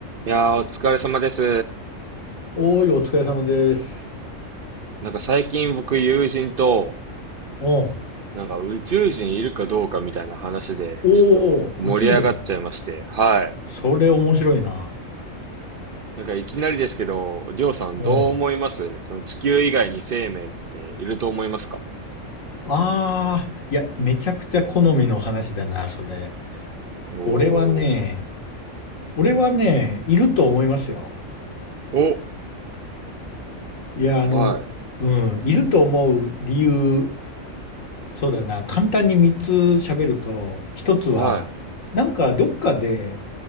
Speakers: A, on the right; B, on the left.
A: いやー、お疲れ様です。
B: おーい、お疲れ様です。
A: なんか最近僕友人と、
B: お
A: なんか宇宙人いるかどうかみたいな話で、
B: おー、
A: ちょっと盛り上がっちゃいまして、
B: 宇宙人。
A: はい。
B: それ面白いな。
A: なんかいきなりですけど、りょうさんどう思いますその地球以外に生命っていると思いますか
B: おああー、いや、めちゃくちゃ好みの話だな、それ。
A: おー。
B: 俺はね、俺はね、いると思いますよ。
A: お、
B: いや、
A: はい、
B: あの、うん、いると思う理由、そうだな、簡単に3つ喋ると、1つは、
A: は
B: なんかどっかで